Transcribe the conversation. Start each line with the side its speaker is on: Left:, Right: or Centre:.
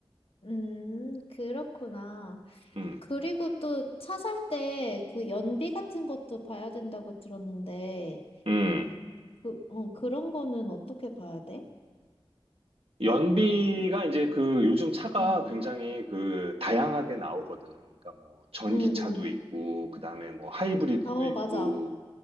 Left: 음, 그렇구나.
Right: 음,
Left: 그리고 또 차 살 때 그 연비 같은 것도 봐야 된다고 들었는데,
Right: 음.
Left: 그, 어, 그런 거는 어떻게 봐야 돼?
Right: 연비가 이제 그 요즘 차가
Left: 응,
Right: 굉장히 그 다양하게 나오거든. 그러니까 뭐 전기차도
Left: 응, 응.
Right: 있고, 그 다음에 뭐 하이브리드도
Left: 어,
Right: 있고,
Left: 맞아.